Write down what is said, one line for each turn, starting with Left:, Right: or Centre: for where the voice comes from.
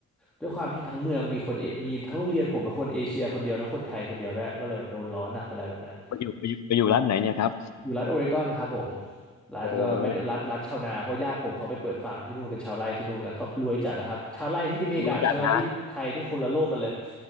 Centre: ด้วยความที่ทั้งเมืองมีคนเอมีทั้งโรงเรียนผมเป็นคนเอเชียคนเดียวนะคนไทยคนเดียวด้วยก็เลยแบบโดนล้อหนักอะไรแบบนั้น
Left: ไปอยู่ไปอยู่ไปอยู่ร้านไหนเนี่ยครับ
Centre: อยู่รัฐโอเรกอนนะครับผมรัฐก็ไม่ได้รัฐรัฐชาวนาเพราะญาติผมเขาไปเปิดฟาร์มที่นู่นเป็นชาวไร่ที่นู่นกันเขารวยจัดนะครับชาวไร่ที่ที่อเมริกากับชาวไร่ที่ไทยนี่คนละโลกกันเลย
Left: โอ้คนรู้จักนะ